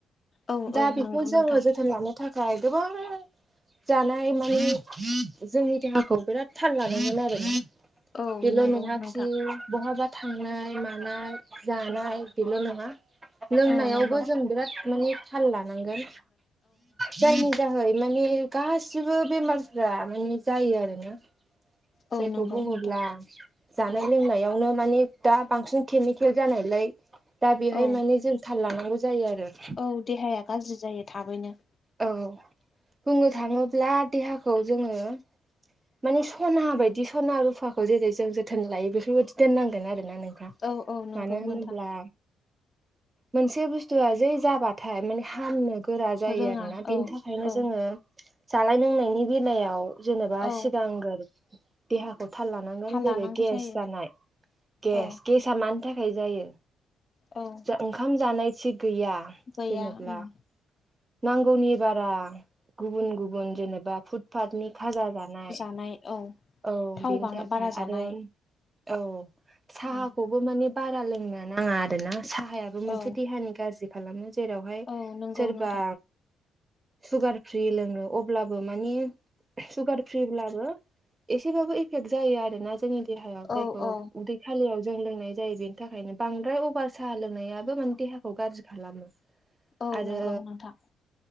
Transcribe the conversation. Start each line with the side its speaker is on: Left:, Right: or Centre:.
Left: औ औ
Right: दा बेखौ
Left: नंगौ
Right: जोङो
Left: नोंथां
Right: जोथोन लानो थाखाय गोबां जानाय माने जोंनि देहाखौ बिराद थाल लानांगोन आरो।
Left: औ
Right: बेल'
Left: नंगौ
Right: नङाखि
Left: नोंथां
Right: बहाबा थांनाय मानाय जानाय बेल' नङा लोंनायावबो
Left: औ नंगौ
Right: जों बिराद माने थाल लानांगोन जायनि जाहै माने गासिबो बेमारफ्रा माने जायो आरोना।
Left: औ
Right: जायखौ
Left: नंगौ
Right: बुङोब्ला
Left: नोंथां
Right: जानाय लोंनायावनो माने दा बांसिन केमिकेल जानायलाय दा बेहाय
Left: औ
Right: माने जों थाल लानांगौ जायो आरो।
Left: औ देहाया गाज्रि जायो थाबैनो।
Right: औ बुंनो थाङोब्ला देहाखौ जोङो माने सना बायदि सना रुफाखौ जेरै जों जोथोन लायो बेफोरबायदि दोननांगोन आरो ना नोंथां।
Left: औ औ नंगौ
Right: मानो होनोब्ला
Left: नोंथां
Right: मोनसे बुस्थुआ जै जाबाथाय माने हामनो गोरा जायो
Left: रोङा
Right: आरोना बेनि
Left: औ
Right: थाखायनो
Left: औ
Right: जोङो जानाय लोंनायनि बेलायाव जेनेबा
Left: औ
Right: सिगांग्रो देहाखौ थाल लानांगोन जेरै
Left: लानांगौ
Right: गेस
Left: जायो
Right: जानाय गेस
Left: औ
Right: गेस सा मानि थाखाय जायो
Left: औ
Right: ओंखाम जानाय थिग गैया
Left: गैया
Right: जेनेब्ला
Left: ओम
Right: नांगौनि बारा गुबुन गुबुन जेनेबा फुटपाथनि खाजा जानाय
Left: नाय औ
Right: औ
Left: थाव
Right: बेनि थाखाय
Left: बारा जानाय
Right: आरो औ साहाखौबो
Left: उम
Right: माने बारा लोंनो नाङा आरोना साहाया बेबो मोनसे
Left: औ
Right: देहानि गाज्रि खालामो जेरावहाय
Left: औ नंगौ
Right: सोरबा
Left: नोंथां
Right: सुगार फ्रि लोङो अब्लाबो मानि सुगार फ्रिब्लाबो एसेबाबो एफेक्ट जायो आरो ना जोंनि देहायाव जायखौ
Left: औ औ
Right: उदै खालियाव जों लोंनाय जायो बेनि थाखायनो बांद्राय अभार साहा लोंनायाबो माने देहाखौ गाज्रि खालामो।
Left: <inaudible>
Right: आरो
Left: नंगौ नोंथां